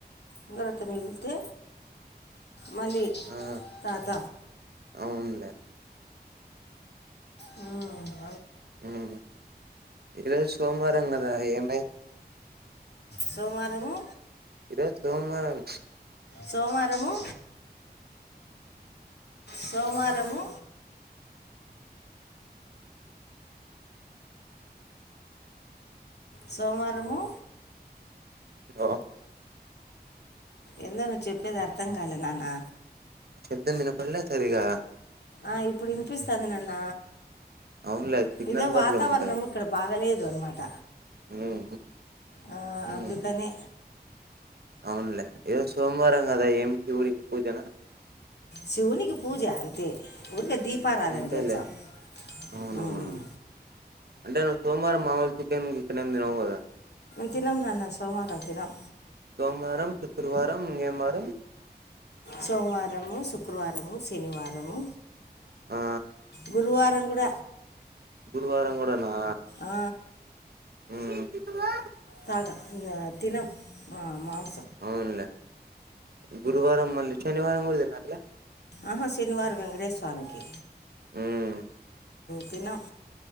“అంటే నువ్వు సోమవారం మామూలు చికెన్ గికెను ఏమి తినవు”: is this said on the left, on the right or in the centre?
Right